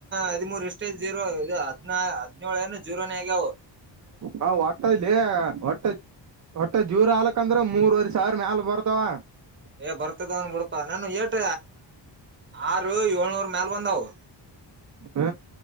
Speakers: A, on the right; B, on the right.
A: ಹದಿಮೂರ್ ಇಷ್ಟೇ ಜೀರೋ ಇ ಹದ ಹದಿನ ಜೀರನಿ ಆಗವು
B: ಹ ಹೊಟ್ಟದಲಿ ಹೊಟ್ಟ ಹೊಟ್ಟೆ ಜೂರ್ ಹಾಲಕ್ ಅಂದ್ರೆ ಮೂರ್ವರೆ ಸಾವಿರ ಮ್ಯಾಲ ಬರ್ತ್ತ ತ್ತ
A: ಏ ಬರ್ತದ ಅನ್ ಬಿಡ್ಪಾ ನಾನು ಏಟ ಆರು ಏಳ್ನೂರು ಮ್ಯಲ್ಬಧವು
B: ಹ್ಮ